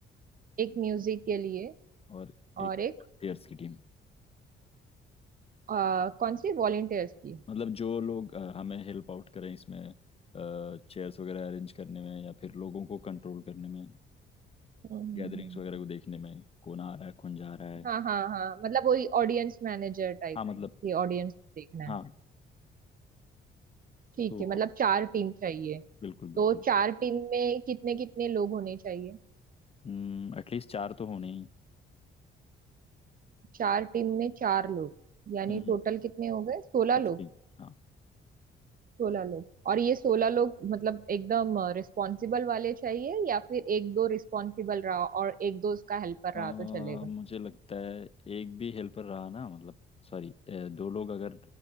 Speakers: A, on the right; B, on the left.
A: एक म्यूजिक के लिए
B: और एक
A: और एक
B: वॉलंटियर्स की टीम
A: अ, कौन सी वॉलंटियर्स की
B: मतलब जो लोग अ, हमें हेल्प आउट करें इसमें चेयर्स वगैरह अरेंज करने में या फिर लोगों को कंट्रोल करने में
A: हम्म, हम्म,
B: गैदरिंग्स
A: हम्म।
B: वगैरह को देखने में कौन आ रहा है कौन जा रहा है
A: हाँ हाँ हाँ मतलब वही ऑडियंस मैनेजर टाइप
B: हाँ सही मतलब
A: में कि ऑडियंस देखना है
B: हाँ है।
A: ठीक
B: तो
A: है मतलब चार टीम चाहिए
B: बिल्कुल
A: तो
B: बिल्कुल
A: चार टीम में कितने कितने लोग होने चाहिए
B: हम्म एटलीस्ट चार तो होने ही
A: चार टीम में चार लोग यानी
B: हम्म
A: टोटल कितने हो गए सोलह
B: सिक्सटीन
A: लोग
B: हाँ
A: सोलह लोग और ये सोलह लोग मतलब एकदम रिस्पॉन्सिबल वाले चाहिए या फिर एक दो रिस्पॉन्सिबल रहा और एक दो उसका हेल्पर
B: अ,
A: रहा तो चलेगा
B: मुझे लगता है एक भी हेल्पर रहा ना मतलब सॉरी दो लोग अगर